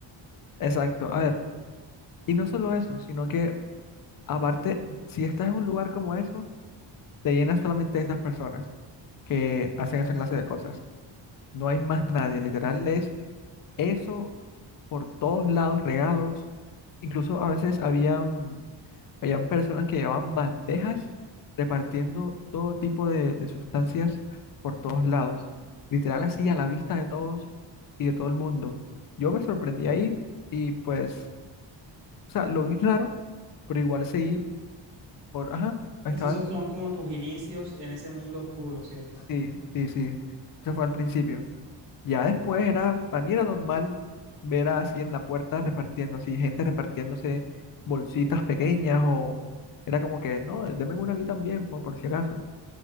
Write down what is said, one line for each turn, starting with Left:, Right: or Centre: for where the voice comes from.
Left: exacto. A ver, y no solo eso, sino que aparte, si estás en un lugar como eso, te llenas solamente de esas personas que hacen esa clase de cosas. No hay más nadie, literal es eso por todos lados regados. Incluso a veces habían, habían personas que llevaban bandejas repartiendo todo tipo de, de sustancias por todos lados. Literal así a la vista de todos y de todo el mundo. Yo me sorprendí ahí y pues, o sea, lo vi raro, pero igual seguí por, ajá, estaban,
Right: Entonces, esos son como tus inicios en ese mundo oscuro, ¿cierto?
Left: sí, sí, sí. Eso fue al principio. Ya después era, para mí era normal ver así en la puerta repartiendo, así gente repartiéndose bolsitas pequeñas o era como que, no, deme una a mí también, por, por si acaso.